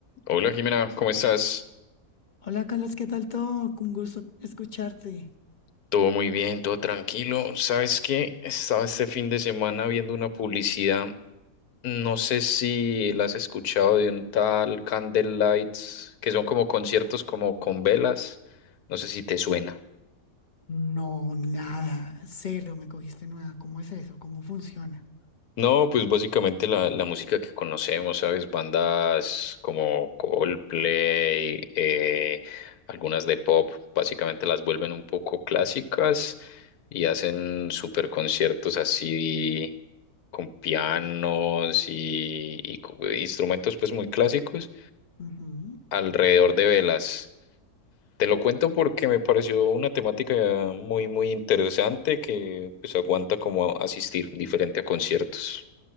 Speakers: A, on the left (about 75°); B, on the left (about 35°).
A: Hola Jimena, ¿cómo estás?
B: Hola Carlos, ¿qué tal todo? Un gusto escucharte.
A: Todo muy bien, todo tranquilo. ¿Sabes qué? Estaba este fin de semana viendo una publicidad, no sé si la has escuchado, de un tal Candlelights, que son como conciertos como con velas, no sé si te suena.
B: No, nada, cero, me cogiste nueva. ¿Cómo es eso? ¿Cómo funciona?
A: No, pues básicamente la, la música que conocemos, ¿sabes? Bandas como Coldplay, eh, algunas de pop, básicamente las vuelven un poco clásicas y hacen super conciertos así con pianos y, y co- instrumentos pues muy clásicos
B: Ujú.
A: alrededor de velas. Te lo cuento porque me pareció una temática muy, muy interesante que pues aguanta como asistir diferente a conciertos.